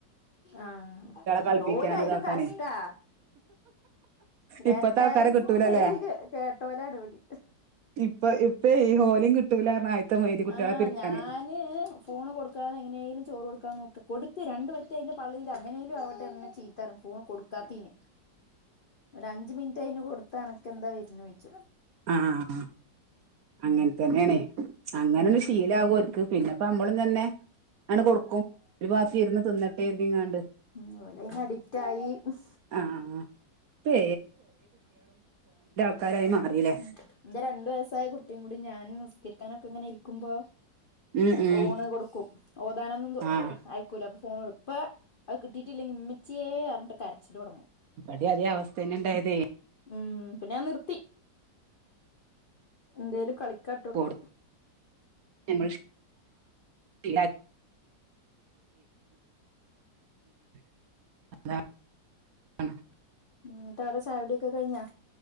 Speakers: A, on the left; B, on the right.
A: ആഹ്,
B: കളിപ്പിക്കാനും
A: ലോലായാലും
B: ഇതാക്കാനേ
A: കാശ്ട്ടാ ഗ്രാൻഡ്
B: ഇപ്പത്തെ
A: പേരൻസെന്ന്
B: ആൾക്കാരെ കിട്ടൂലല്ലേ
A: പേര് കേ കേട്ടോലാണ് ഓല്
B: ഇപ്പൊ ഇപ്പേ ഈ <unintelligible> കുട്ട്യാളെ
A: ആ
B: പിരിക്കാന്
A: ഞാന് ഫോണ് കൊടുക്കാതെങ്ങനേലും ചോറ് കൊടുക്കാ നോക്കും കൊടുത്ത് രണ്ട് വ തിന്റെ പള്ളല് അങ്ങനേലുവാവട്ടെന്ന ചീത്തറ ഫോണും കൊടുക്കാത്തീന് ഒരഞ്ച് മിനിറ്റ് അയിന് കൊടു തനക്കെന്താവെരുന്നൊഴ്‌ച്ചു.
B: ആ ആ അങ്ങനെത്തന്നെയാണേ ങ്ങനൊരു
A: ഉം
B: ശീലാവ്ര്ക് പിന്നെപ്പമ്മളും തന്നെ അണ്ട് കൊടുക്കും. രുപാത്തിരുന്ന് തിന്നട്ടെന്ന്. എങ്ങാണ്ട്
A: ഉം ഒലെന് അഡിക്റ്റായി ഉം
B: ആഹ് ഇപ്പ ക്കാരായി മാറില്ലേ.
A: ഉം ന്റെ രണ്ട് വയസായ കുട്ടിയും കൂടി ഞാനും നിസ്കരിക്കാനൊക്കെങ്ങനെയിരിക്കുമ്പോ.
B: ഉം ഉം
A: ഫോണ് കൊടുക്കും ഓതാനൊന്ന് ന്തൊ
B: ആ
A: അയക്കൂലാന്ന് ഓൺ ഇപ്പ അത് കിട്ടിട്ടില്ലെങ്കി ഉമ്മച്ച്യേ അറഞട്ട് കരച്ചില് തൊടങ്ങും.
B: ബടേം അതെ അവസ്ഥന്നെ ഇണ്ടായതേ
A: ഉം പിന്നെ ഞാ നിർത്തി. എന്തേലും കളി കട്ടെടെക്കും.
B: കൊടുത്ത് ഞമ്മൾ ശീലാക്കി <unintelligible>
A: ആ ഇന്നിട്ടവിടെ ചായുടിക്കെ കഴിഞ്ഞോ